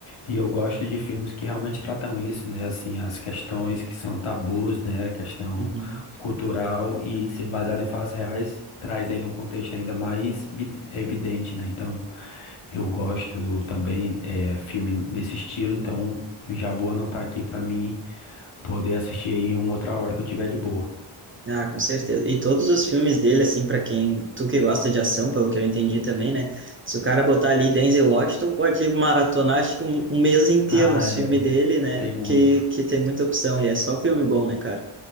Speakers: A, on the left; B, on the right.
A: E eu gosto de filmes que realmente tratam isso, né? Assim, as questões que são tabus, né? Questão
B: uhum.
A: cultural e ser baseado em fatos reais traz ainda um contexto ainda mais vi- evidente, né? Então, eu gosto também é, filme nesse estilo. Então, eu já vou anotar aqui para mim poder assistir aí em outra hora que eu tiver de boa.
B: Ah, com certeza. E todos os filmes dele, assim, pra quem, tu que gosta de ação, pelo que eu entendi também, né? Se o cara botar ali Denzel Washington, pode maratonar, acho que um, um mês inteiro
A: Ah,
B: os
A: é.
B: filmes dele, né?
A: Tem muito.
B: Que, que tem muita opção. E é só filme bom, né, cara?